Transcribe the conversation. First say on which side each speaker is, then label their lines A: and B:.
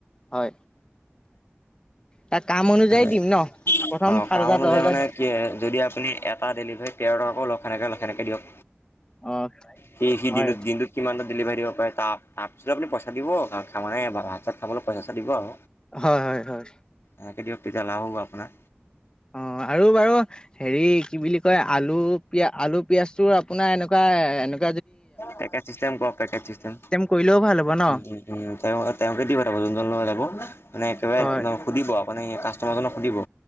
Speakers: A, on the left (about 20°); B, on the left (about 70°).
A: হয় তাৰ কাম অনুযায়ী
B: মানে
A: দিম ন প্ৰথম
B: অ
A: সাত
B: কাম
A: হাজাৰ
B: অনুযায়ী
A: দহ হাজাৰ
B: মানে কি যদি আপুনি এটা ডেলিভাৰীত তেৰট অকলক সেনেকে সেনেকে দিয়ক,
A: অ
B: সি-সি
A: হয়
B: দিনটোত-দিনটোত কিমান টা ডেলিভাৰী দিব পাৰে, তা তাপিছত আপুনি পইচা দিব, ভাত চাত খাবলৈ পইচা চইচা দিব আক।
A: হয়-হয়-হয়
B: তাকে দিয়ক তেতিয়া লাভ হ'ব আপোনাৰ।
A: অ আৰু বাৰু হেৰি কি বুলি কয় আলু পিয় আলু পিয়াজটো আপোনাৰ এনেকু কুৱা <unintelligible>
B: পেকেট চিষ্টেম কৰক পেকেট চিষ্টেম৷
A: কৰিলেও ভাল হ'ব ন
B: উম-উম-উম তেওঁ তেওঁকে দী পথাব যোন জন লৰা যাব, মানে একেবাৰে
A: হয়
B: সুধিব আও মানে কাছ টমাৰ জনক সুধিব।